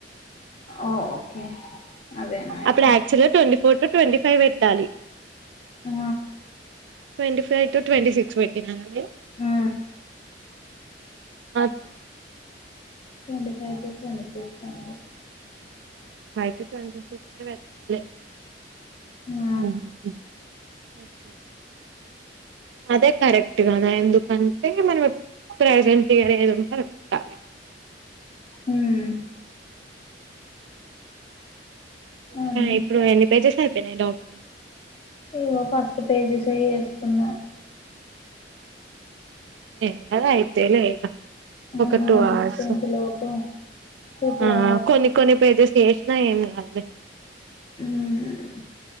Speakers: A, on the left; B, on the right.
A: ఓ <unintelligible> అయితే
B: అప్పుడు యాక్చువల్గా twenty four to twenty five పెట్టాలి
A: ఆ
B: twenty five to twenty six పెట్టినారా మీరు
A: ఆ
B: అ ప్
A: twenty five to twenty six అంతే
B: twenty five to twenty six ఏ పెట్టలే
A: ఆ
B: హా హ్ అదే కరెక్ట్ కదా ఎందుకంటే మనం ప్రెజెంట్గా ఏది ఉంటే అది పెట్టాలి <inaudible>
A: మ్మ్ హ్
B: ఇంకా
A: అంతే
B: ఇప్పుడు ఎన్ని పేజెస్ అయిపోయినయ్ డాక్యుమెంట్
A: ఇగో ఫస్ట్ పేజెస్ యే చేేస్తున్నా
B: ఎక్కడా అయితయ్ లే ఇగా ఒక
A: అదే
B: టూ
A: ఫిఫ్టీన్త్
B: అవర్స్
A: లోపు చూపియాలట
B: ఆ కొన్ని కొన్ని పేజెస్ అయినా ఏం కాదులే
A: హు మ్